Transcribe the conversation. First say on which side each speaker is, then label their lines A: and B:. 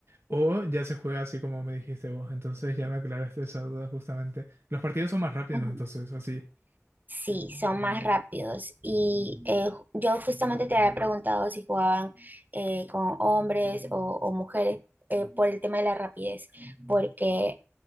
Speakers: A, on the right (about 55°); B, on the right (about 35°).
A: o ya se juega así como me dijiste vos. Entonces ya me aclaraste esa duda justamente. Los partidos son más rápidos,
B: <laughs>
A: entonces, así.
B: Sí, son más rápidos. Y eh, ju- yo justamente te había preguntado si jugaban eh, con hombres o, o mujeres eh, por el tema de la rapidez, porque